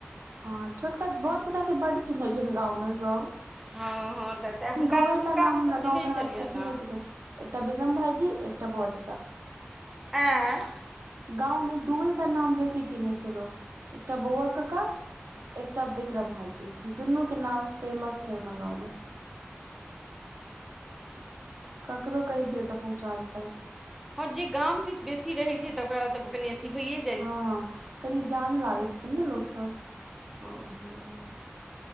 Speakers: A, on the right; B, in the centre.
A: हाॅं छोटका बहुत चचा के बड चिन्है छै, गाँवमें सब।
B: हाॅं- हाॅं, तऽ तेँ हुनका
A: दूएटा
B: हुनका
A: नाम
B: हमसभ
A: हमरा
B: चिन्हैत
A: गाँवमे हमरा
B: छलियनि
A: सभके चिन्हैत
B: हेँ
A: छथिन, एकटा विक्रम भाईजी, एकटा बौआ चचा।
B: आएह?
A: गाँवमें दूएटा नाम बेसी चिन्है छै लोक! एकटा बौआकका। एकटा विक्रम भाईजी, दुनू के नाम फेमस छै, हमर गाँंव में। ककरो कहि दियौ तऽ पहुँचा देतैथ।
B: हाॅं जे गाम दिस बेसी रहै छै, तऽ ओकरा तऽ कनि अथी भइये
A: हाॅं कनि जानै लागै छथिन ने लोक सब।
B: हाॅं- हूॅं।